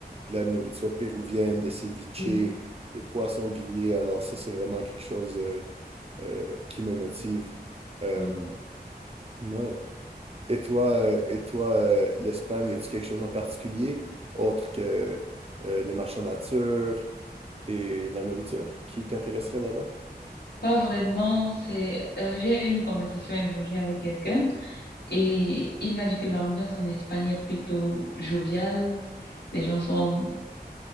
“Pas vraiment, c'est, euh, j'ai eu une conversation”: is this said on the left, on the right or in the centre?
Left